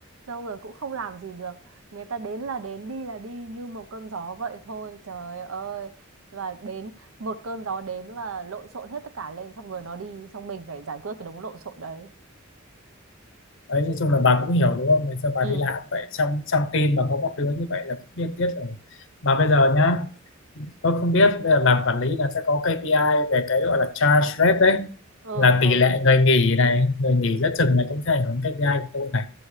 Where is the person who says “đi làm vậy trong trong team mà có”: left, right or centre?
Left